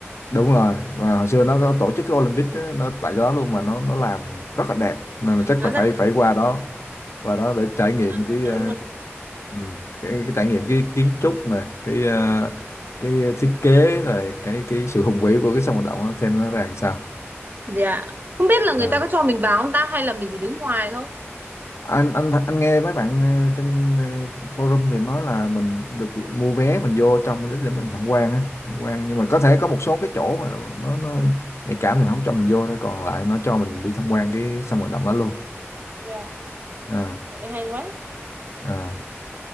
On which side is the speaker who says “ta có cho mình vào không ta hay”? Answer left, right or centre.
Right